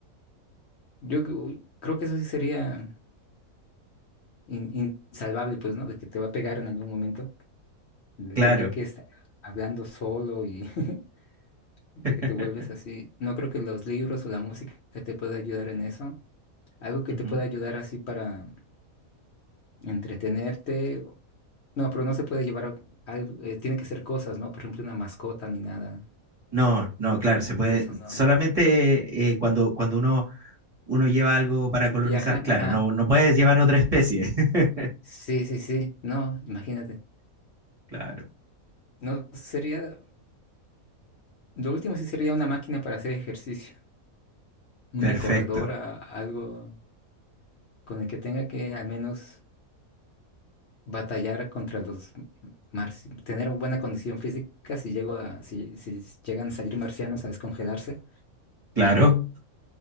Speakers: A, on the left; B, on the right.
A: Yo cre- creo que eso sí sería in- insalvable, pues, ¿no? De que te va a pegar en algún momento. El
B: Claro.
A: tener que estar hablando solo y <laughs> de
B: <laughs>
A: que te vuelves así. No creo que los libros o la música te pueda ayudar en eso. Algo que
B: Ujú.
A: te pueda ayudar así para entretenerte. No, pero no se puede llevar a- algo, eh, tiene que ser cosas, ¿no? Por ejemplo, una mascota ni nada.
B: No, no, claro,
A: Mm,
B: se puede.
A: Eso no.
B: Solamente eh, cuando, cuando uno, uno lleva algo para colonizar,
A: Viaja,
B: claro,
A: ajá.
B: no, no puedes llevar otra especie. <laughs>
A: Sí, sí, sí. No, imagínate.
B: Claro,
A: No sería, lo último sí sería una máquina para hacer ejercicio, una
B: perfecto.
A: corredora, algo con el que tenga que al menos batallar contra los marci- tener buena condición física si llego a, si, si llegan a salir marcianos a descongelarse.
B: Claro.